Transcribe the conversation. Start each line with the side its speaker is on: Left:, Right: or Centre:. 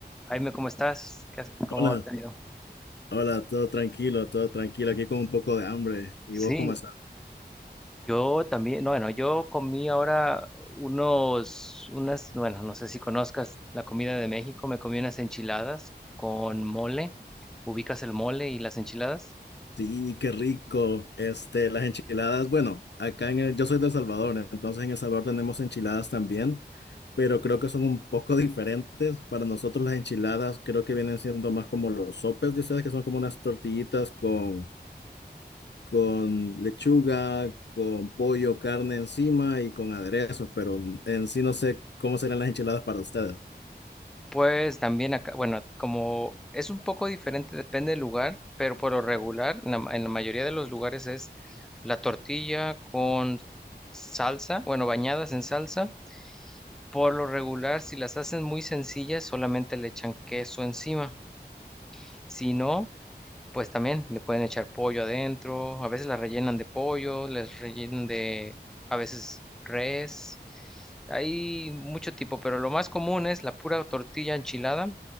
Centre: Jaime, ¿cómo estás? ¿Qué has- ¿Cómo
Left: Hola,
Centre: te ha ido?
Left: hola, todo tranquilo, todo tranquilo, aquí con un poco de hambre. ¿Y vos
Centre: Sí,
Left: cómo estás?
Centre: yo también, bueno, yo comí ahora unos, unas, bueno, no sé si conozcas la comida de México, me comí unas enchiladas con mole, ubicas el mole y las enchiladas.
Left: Sí, qué rico. Este, las enchiladas, bueno, acá en el, yo soy de El Salvador, entonces en El Salvador tenemos enchiladas también, pero creo que son un poco diferentes. Para nosotros las enchiladas creo que vienen siendo más como los sopes de ustedes, que son como unas tortillitas con, con lechuga, con pollo, carne encima y con aderezos, pero en sí no sé cómo serán las enchiladas para ustedes.
Centre: Pues también acá, bueno, como es un poco diferente, depende del lugar, pero por lo regular, en la, ma- en la mayoría de los lugares es la tortilla con salsa, bueno, bañadas en salsa Por lo regular, si las hacen muy sencillas, solamente le echan queso encima. Si no, pues también le pueden echar pollo adentro. A veces las rellenan de pollo, les rellenan de, a veces res. Hay mucho tipo, pero lo más común es la pura tortilla enchilada,